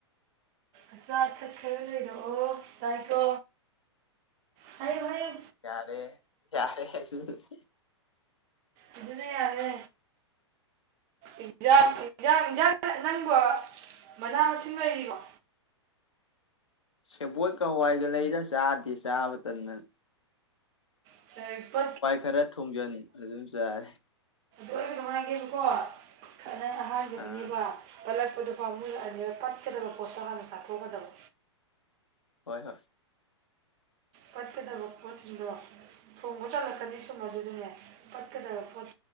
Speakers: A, on the right; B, on the left.
A: ꯑꯆꯥ ꯑꯊꯛ ꯈꯔ ꯂꯩꯔꯣꯑꯣꯏ ꯆꯥꯏꯀꯣ ꯍꯥꯏꯌꯨ ꯍꯥꯏꯌ
B: ꯌꯥꯔꯦ ꯌꯥꯔꯦ <unintelligible>
A: ꯑꯗꯨꯅ ꯌꯥꯔꯦ ꯏꯟꯖꯥꯡ ꯏꯟꯖꯥꯡ ꯏꯟꯖꯥꯡ ꯅꯪꯕꯨꯣ ꯃꯅꯥ ꯃꯁꯤꯡ ꯂꯩꯔꯤꯀꯣ
B: ꯁꯦꯕꯣꯠ ꯀ ꯍꯋꯥꯏꯒ ꯂꯩꯗ ꯆꯥꯗꯦ ꯆꯥꯕ ꯇꯟꯗꯥꯅ
A: <unintelligible> ꯑꯗꯨ
B: ꯈꯔ ꯊꯣꯡꯖꯟ ꯑꯗꯨꯝ ꯆꯥꯔꯦ
A: ꯑꯣꯏꯅ ꯅꯨꯡꯉꯥꯏꯒꯦꯕꯀꯣ ꯑꯗꯨꯅ ꯑꯍꯥꯟꯕꯒꯤꯅꯦꯕ
B: ꯑꯥ
A: ꯄꯠꯂꯛꯄꯗꯨ ꯄꯥꯝꯃꯨꯏ ꯍꯥꯏꯗꯤ ꯄꯠꯀꯗꯕ ꯄꯣꯠꯠꯇꯣ ꯍꯥꯟꯅ ꯆꯥꯊꯣꯛꯀꯗꯕ
B: ꯍꯣꯏ ꯍꯣꯏ
A: ꯄꯠꯀꯗꯕ ꯄꯣꯠꯁꯤꯡꯗꯣ ꯊꯣꯡꯕ ꯇꯜꯂꯛꯀꯅꯤ ꯁꯨꯝ ꯑꯗꯨꯗꯅꯦ ꯄꯠꯀꯗꯕ ꯄꯣꯠ